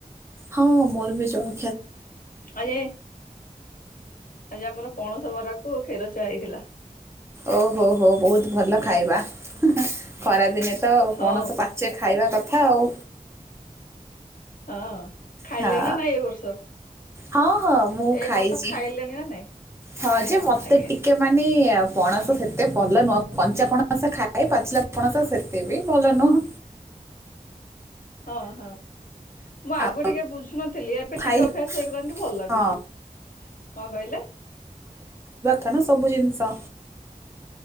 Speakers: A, on the right; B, on the left.
A: ହଁ ମୋର ବି ଚଳ
B: ଆ ଇ ଏ ଆଜି ଆମର ପଣସ ବରା କୁ କ୍ଷୀର ଚା ହେଇଥିଲା।
A: ଓହୋ ହୋ ହୋ ବୋହୁତ ଭଲ ଖାଇବା। ଖରାଦିନେ ତ
B: ହଁ
A: ପଣସ ପାଚେ ଖାଇବା କଥା ଆଉ
B: ହଁ। ଖାଇଲେଣି
A: ହଁ
B: ନା ନାଇଁ ଏ ବର୍ଷ
A: ହଁ ହଁ ମୁଁ
B: ଏଇ
A: ଖାଇଛି
B: ବର୍ଷ ଖାଇଲେଣି ନା ନାଇଁ
A: ହଁ ଯେ ମତେ
B: ଆଜ୍ଞା
A: ଟିକେ ମାନେ ଆ ପଣସ ସେତେ ଭଲ ନୁହଁ କଞ୍ଚା ପଣସ ଖାଏ ପାଚିଲା ପଣସ ସେତେ ବି ଭଲ ନୁହଁ
B: ହଁ ହଁ ମୁଁ ଆଗରୁ
A: ଆଉ
B: ଟିକେ ବୁଝୁନଥିଲି ଏବେ
A: ଖାଇ
B: ଟିକେ ଅଭ୍ୟାସ ହେଇଗଲାଣି ଭଲ ଲାଗୁଛି
A: ହଁ
B: କଣ କହିଲେ
A: ତ ନା ସବୁ ଜିନିଷ